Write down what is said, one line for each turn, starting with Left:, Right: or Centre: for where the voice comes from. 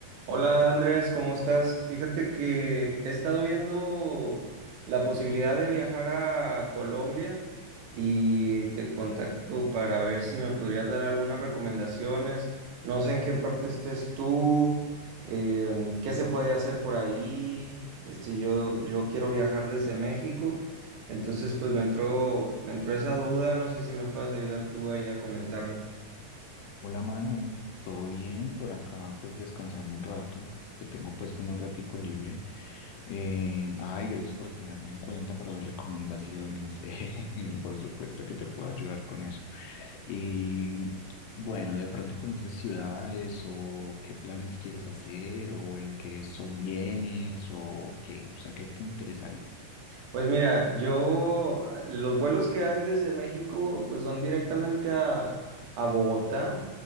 Right: Hola Andrés, ¿cómo estás? Fíjate que he estado viendo la posibilidad de viajar a Colombia y te contacto para ver si me podrías dar algunas recomendaciones. No sé en qué parte estés tú, em, qué se puede hacer por ahí. Este, yo, yo quiero viajar desde México, entonces pues me entró, me entró esa duda, no sé si me puedas ayudar tú ahí a comentarme.
Left: Hola Manu, ¿todo bien? Por acá pues descansando un rato, que tengo pues como un ratico libre. Eh, ay, gracias por tenerme en cuenta para las recomendaciones. <laughs> Eh, por supuesto que te puedo ayudar con eso. Y bueno, de pronto conoces ciudades o qué planes quieres hacer o en qué son bienes o qué, o sea, ¿qué te interesaría?
Right: Pues mira, yo ah, los vuelos que hay desde México pues son directamente a, a Bogotá,